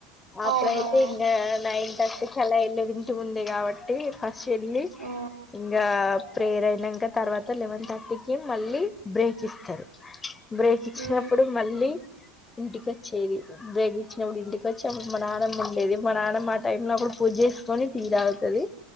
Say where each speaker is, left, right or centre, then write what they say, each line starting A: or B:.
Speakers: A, on the left; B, on the right.
A: అప్పుడయితే
B: అవునవును
A: ఇంగా నైన్ థర్టీకల్ల వెళ్లేది టు ఉంది కాబట్టి ఫస్ట్ వెళ్ళి
B: ఆ,
A: ఇంగా ప్రేయర్ అయినంక తర్వాత లెవెన్ థర్టీకిి మళ్ళీ బ్రేక్ ఇస్తరు బ్రేక్ ఇచ్చినప్పుడు
B: ఉమ్,
A: మళ్ళీ ఇంటికి వచ్చేది బ్రేక్ ఇచ్చినప్పుడు ఇంటికి వచ్చి, అప్పుడు మా నానమ్మ ఉండేది మా నానమ్మ ఆ టైమ్ లో అప్పుడు పూజ చేసి కొని టీ తాగుతది